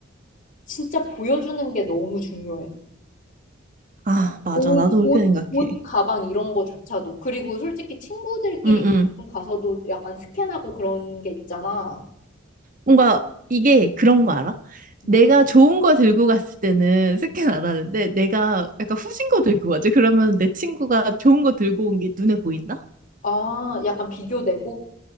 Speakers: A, on the left; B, on the right.
A: 진짜 보여주는 게 너무 중요해.
B: 아, 맞아.
A: 옷,
B: 나도 그렇게
A: 옷,
B: 생각해.
A: 옷, 가방 이런 거조차도. 그리고 솔직히 친구들끼리
B: 응, 응.
A: 가서도 약간 스캔하고 그런 게 있잖아.
B: 뭔가 이게 그런 거 알아?
A: 뭐?
B: 내가 좋은 거 들고 갔을 때는 스캔 안 하는데, 내가 약간 후진 거 들고 가지. 그러면 내 친구가 좋은 거 들고 온 게 눈에 보인다?
A: 아, 약간 비교되고.